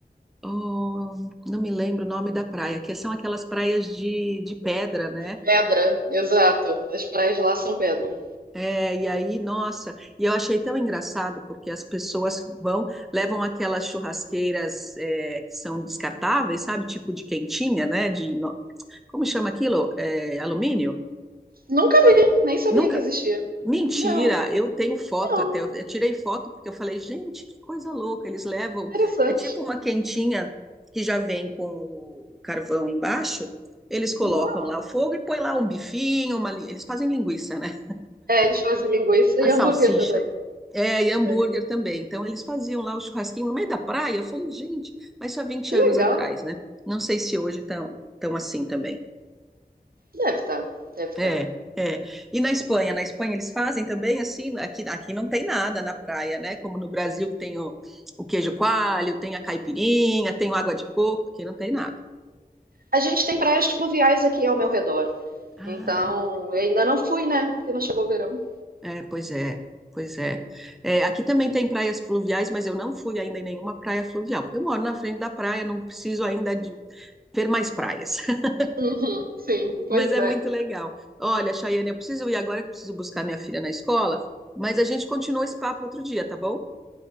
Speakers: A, in the centre; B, on the right (about 65°).
A: oh, não me lembro o nome da praia, que são aquelas praias de, de pedra, né?
B: Pedra, exato. As praias lá são pedra.
A: É, e aí, nossa, e eu achei tão engraçado porque as pessoas vão, levam aquelas churrasqueiras é, que são descartáveis, sabe? Tipo de quentinha, né? De, no- como chama aquilo? É, alumínio?
B: Nunca vi, nem sabia
A: Nunca.
B: que existia.
A: Mentira,
B: Não,
A: eu tenho foto
B: não.
A: até. Eu, eu tirei foto porque eu falei, gente, que coisa louca. Eles levam.
B: Interessante.
A: É tipo uma quentinha que já vem com o carvão embaixo. Eles colocam
B: Uau.
A: lá o fogo e põe lá um bifinho, uma, li- eles fazem linguiça, né?
B: É, eles fazem linguiça
A: A
B: e
A: salsicha.
B: hambúrguer também.
A: É, e hambúrguer
B: É.
A: também. Então, eles faziam lá o churrasquinho no meio da praia. Eu falei, gente, mas só vinte
B: Que
A: anos
B: legal.
A: atrás, né? Não sei se hoje estão tão assim também.
B: Deve estar, deve estar.
A: É, é. E na Espanha? Na Espanha eles fazem também assim? Aqui, aqui não tem nada na praia, né? Como no Brasil que tem o, o queijo coalho, tem a caipirinha, tem o água de coco. Aqui não tem nada.
B: A gente tem praias fluviais aqui ao meu redor.
A: Ah.
B: Então, eu ainda não fui, né? Porque não chegou o verão.
A: É, pois é, pois é. É, Aqui também tem praias fluviais, mas eu não fui ainda em nenhuma praia fluvial, porque eu moro na frente da praia, não preciso ainda de ver mais praias. <laughs>
B: Uhum, sim,
A: Mas
B: pois
A: é
B: é.
A: muito legal. Olha, Chayane, eu preciso ir agora que eu preciso buscar minha filha na escola, mas a gente continua esse papo outro dia, tá bom?